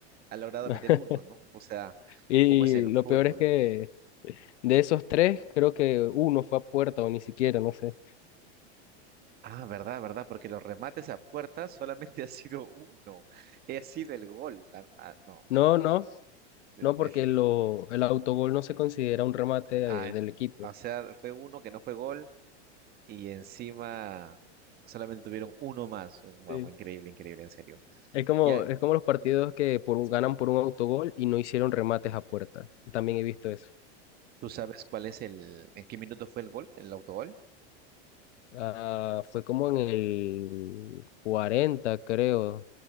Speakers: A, on the right (about 25°); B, on the left (about 75°).
A: ha logrado
B: <laughs>
A: meter uno, ¿no? O sea,
B: Y
A: ¿cómo es el fútbol?
B: lo peor es que de esos tres, creo que uno fue a puerta o ni siquiera, no sé.
A: Ah, verdad, verdad, porque los remates a puerta solamente ha sido uno. Ha sido el gol. Ah, ah, no,
B: No, no,
A: de-
B: no, porque
A: defi-
B: lo, el autogol no se considera un remate
A: ah,
B: eh,
A: en-
B: del equipo.
A: o sea, fue uno que no fue gol y encima solamente tuvieron uno más. Wow,
B: Sí.
A: increíble, increíble, en serio.
B: Es como,
A: Ya
B: es como los partidos que por un, ganan por un autogol y no hicieron remates a puerta. También he visto eso.
A: tú sabes cuál es el, en qué minuto fue el gol, el autogol.
B: Ah, fue como en el 40 creo,